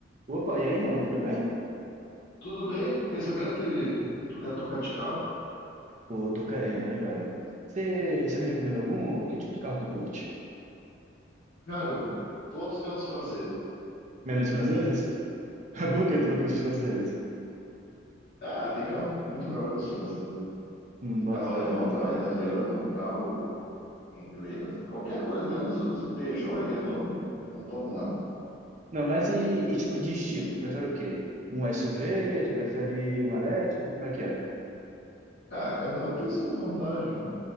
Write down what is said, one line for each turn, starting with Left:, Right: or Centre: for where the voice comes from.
Right: Opa, e aí, mano, tudo bem?
Left: Tudo bem? Fiquei sabendo que, que tu quer trocar de carro.
Right: Pô, tô querendo, hein, velho. Você me recomenda algum? Que tipo de carro tu curte?
Left: Cara, eu- todos menos franceses.
Right: Menos franceses? <laughs> Por que tu não curte os franceses?
Left: Ah, tem carro muito melhor que os franceses.
Right: Hum,
Left: Tem Carro
Right: boto
Left: alemão,
Right: fé, boto
Left: carro
Right: fé.
Left: italiano, carro inglês, qualquer coisa, menos os Peugeot e Renault não, não estão com nada.
Right: Não, mas e, e tipo de estilo? Tu prefere o quê? Um SUV? Tu prefere um elétrico? Como é que é?
Left: Ah, cada um tem suas vantagens. né?